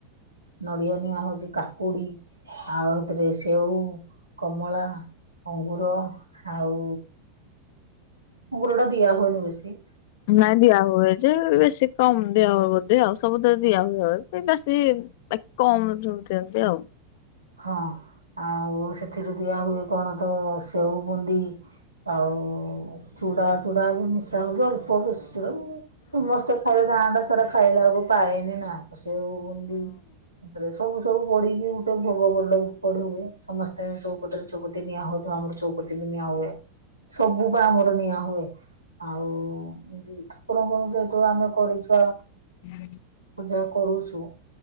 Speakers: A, on the right; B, on the left.
A: ନଡ଼ିଆ ନିଆ ହଉଚି କାକୁଡ଼ି ଆଉ ହେତିରେ ସେଉ କମଳା ଅଙ୍ଗୁର ଆଉ ଗୁଡ ଟା ଦିଆ ହୁଏନି ବେଶି।
B: ନାଇଁ ଦିଆ ହୁଏ ଯେ ବେଶି । କମ ଦିଆ ହୁଏ ବୋଧି ଆଉ ସବୁ ତ ଦିଆ ହୁଏ କି ବେଶୀ ବାକି କମ ଯୋଉ ଦିଅନ୍ତି ଆଉ।
A: ହଁ ଆଉ ସେଥିରୁ ଦିଆ ହୁଏ କଣ ତ ସେଉ ବୁନ୍ଦି। ଆଉ ଚୁଡା ଚୁଡା ବି ମିଶା ହଉଛି ଅଳ୍ପ ବେଶି ଚୁଡା। ସମସ୍ତେ ଖାଇଲେ ଗାଁ ଟା ସାରା ଖାଇଲା ବେଳକୁ ପାଏନି ନା ତ ସେଉ ବୁନ୍ଧି। ସବୁ ସବୁ ପଡ଼ିକି ଗୋଟେ ଭୋ ଗୋବର ସବୁ ପଢୁ ହୁଏ ସମସ୍ତେ ଚୌପତି ରେ ଚୌପତି ନିଆ ହଉ ଆମର ଚୌଉପତି ବି ନିଆ ହୁଏ। ସବୁ ପା ଆମର ନିଆ ହୁଏ। ଆଉ ଇଁତି ଠାକୁରଙ୍କର ଯେହେତୁ ଆମେ କରିଛ।
B: ହୁଁ।
A: ଯାହା କରୁଛୁ